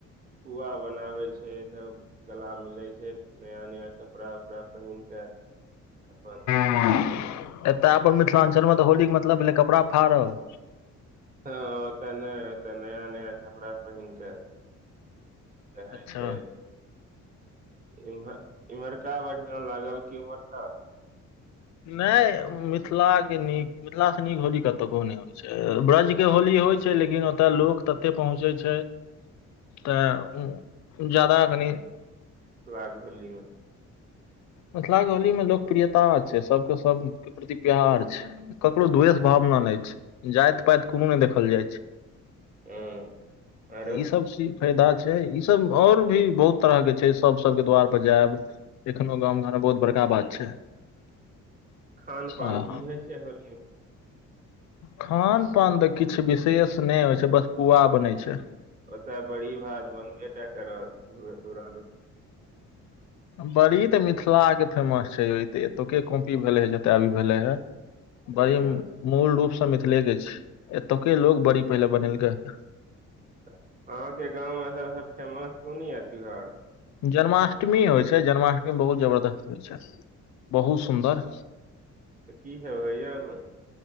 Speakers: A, on the right; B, on the left.
A: पुआ बनाबे छै सब गला मिलै छै नया नया कपड़ा उपड़ा पैन के एखन <unintelligible>
B: हूं एतय अपन मिथिलांचल मे त होली के मतलब भेलै कपड़ा फाड़ब
A: तॅं ओत ने ओत नया नया कपड़ा बहिन के रहै
B: अच्छा
A: छै इमहर इम्हरका बढ़ियां लागल की उम्हरका
B: नहि मिथिलाके नीक मिथिलासँ नीक होली कतो नहि होली ब्रज के होली होइ छै लेकिन ओतय लोक तते पहुँचै छै तऽ उ जादा कनी
A: सुराग होली में
B: मिथिला के होली मे लोकप्रियता छै सबके सब प्रति प्यार छै ककरो द्वेष भावना नहि छै जाइत पाइत कोनो नहि देखल जाइ छै
A: हँ आरो
B: ई सब चीज फायदा छै ई सब आओर भी बहुत तरह के छै सब सबके द्वार पर जायब गाँव घर मे बहुत बड़का बात छै
A: खानपान
B: आ
A: की होइ छै होली में
B: खान पान तऽ किछु विशेष नै होइ छै बस पुआ बनै छै
A: ओत बड़ी भात बनबे टा करत दूर
B: बड़ी तऽ मिथिला के फेमस छै एतु कॉपी भेले हे जतय भी भेलै हे
A: हँ
B: बड़ी मूल रूपसँ मिथिलेके छै एतुके लोक बड़ी पहिले बनेलकै हे
A: तऽ अहाँक <unintelligible>
B: जन्माष्टमी अबय छै छै जन्माष्टमी बहुत जबरदस्त होइ छै बहुत सुन्दर
A: तऽ की सब होइया ओहिमे